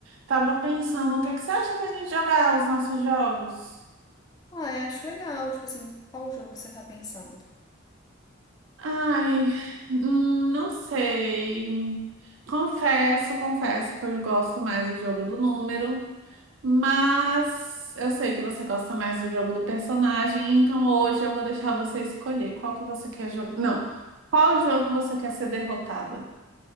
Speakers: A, on the right (about 70°); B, on the left (about 20°).
A: Tava pensando, o que é que você acha da gente jogar os nossos jogos?
B: Ah, eu acho legal, tipo assim, qual jogo você tá pensando?
A: Ai, hum, não sei. Confesso, confesso que eu gosto mais do jogo do número, mas eu sei que você gosta mais do jogo do personagem, então hoje eu vou deixar você escolher qual que você quer jogar. Não, qual jogo você quer ser derrotada?